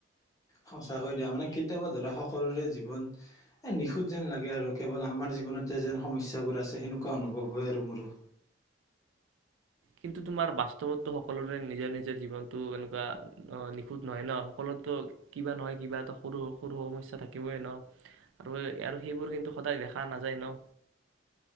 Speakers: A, on the left; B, on the right.
A: সঁচাকৈ দিয়া মানে কেতিয়াবা ধৰা সকলোৰে জীৱন এ নিখুঁত যেন লাগে আৰু কেৱল আমাৰ জীৱনতে যেন সমস্যাবোৰ আছে সেনেকুৱা অনুভৱ হয় আৰু মোৰো
B: কিন্তু তোমাৰ বাস্তৱতো সকলোৰে নিজৰ নিজৰ জীৱনতটো এনেকুৱা নিখুত নহয় ন সকলোতো কিবা নহয় কিবা এটা সৰু সৰু সমস্যা থাকিবই ন আৰু আৰু সেইবোৰ কিন্তু সদায় দেখা নাযায় ন